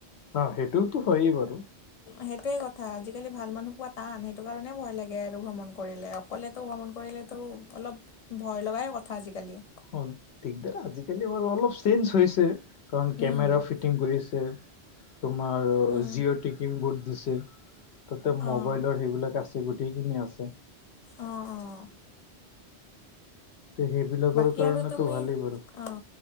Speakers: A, on the left; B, on the left.
A: অ', সেইটোওতো হয়ে বাৰু
B: সেইটোৱে কথা আজিকালি ভাল মানুহ পোৱা টান সেইটো কাৰণে ভয় লাগে আৰু ভ্ৰমণ কৰিলে ক'লেতো ভ্ৰমণ কৰিলেতো অলপ ভয় লগাই কথা আজিকালি
A: অ দিগদাৰ আজিকালি বাৰু অলপ চেঞ্জ হৈছে কাৰণ
B: উম
A: কেমেৰা ফিট টিং কৰিছে তোমাৰ
B: উম
A: জিঅ টিকিং ভুদ দিছে। তাতে
B: অঁ
A: মোবাইলৰ সেইবিলাক আছে গোটেইখিনি আছে
B: অঁ অঁ
A: তে সেইবিলাকৰ
B: বাকী
A: কাৰণেতো
B: আৰু তুমি
A: ভালেই বাৰু
B: অঁ